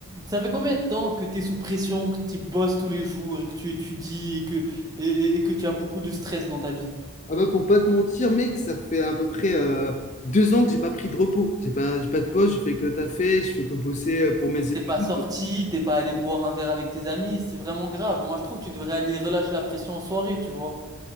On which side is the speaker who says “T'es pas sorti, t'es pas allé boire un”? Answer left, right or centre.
Right